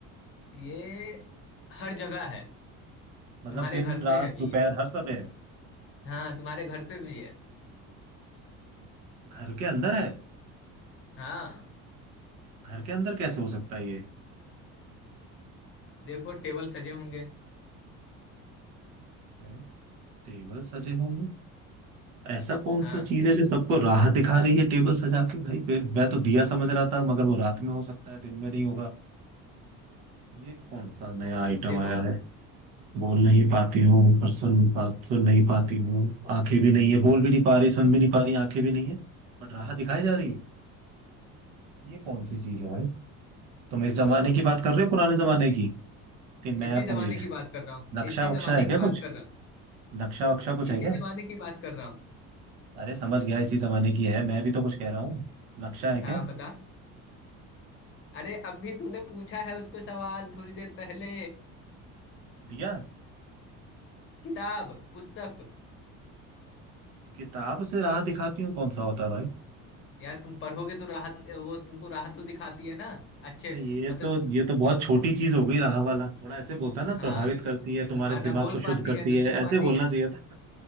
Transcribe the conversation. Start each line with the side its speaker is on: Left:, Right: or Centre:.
Left: ये हर जगह है
Right: मतलब
Left: तुम्हारे
Right: दिन
Left: घर
Right: रात
Left: पे है भी
Right: दोपहर
Left: ये
Right: हर सब है
Left: हाँ तुम्हारे घर पे भी है
Right: घर के अंदर है
Left: हाँ
Right: घर के अंदर कैसे हो सकता है ये
Left: देखो टेबल सजे होंगे
Right: है, टेबल सजे होंगे ऐसा कौन
Left: हाँ
Right: सा चीज है जो सबको राह दिखा रही है टेबल सजा के भाई फिर मैं तो दिया समझ रहा था मगर वो रात में हो सकता है दिन में नहीं होगा ये कौन सा नया आइटम
Left: देखो
Right: आया है बोल नहीं पाती हूँ पर सुन पा सुन नहीं पाती हूँ आंखें भी नहीं है बोल भी नहीं पा रही सुन भी नहीं पा रही आंखें भी नहीं है बट राह दिखाई जा रही है ये कौन सी चीज है भाई तुम इस जमाने की बात कर रहे हो पुराने जमाने की कि मैप
Left: इसी जमाने
Right: हो ये
Left: की बात कर रहा हूँ
Right: नक्शा
Left: इसी
Right: वक्शा
Left: जमाने
Right: है
Left: की
Right: क्या
Left: बात
Right: कुछ
Left: कर रहा हूँ
Right: नक्शा वक्शा कुछ
Left: इसी
Right: है क्या
Left: जमाने की बात कर रहा हूँ
Right: अरे समझ गया इसी जमाने की है मैं भी तो कुछ कह रहा हूँ नक्शा है क्या
Left: हाँ बता अरे अभी तूने पूछा है उस पे सवाल थोड़ी देर पहले
Right: दिया
Left: किताब पुस्तक
Right: किताब से राह दिखाती हूँ कौन सा होता है भाई
Left: यार तुम पढ़ोगे तो राहत वो तुमको राहत तो दिखाती है ना अच्छे
Right: अरे ये
Left: मतलब
Right: तो ये तो बहुत छोटी चीज हो गई राह वाला थोड़ा ऐसे बोलता ना
Left: हाँ
Right: प्रभावित करती है
Left: न,
Right: तुम्हारे
Left: न
Right: दिमाग
Left: बोल
Right: को
Left: पाती
Right: शुद्ध करती
Left: है न
Right: है
Left: सुन पाती
Right: ऐसे बोलना
Left: है
Right: चाहिए था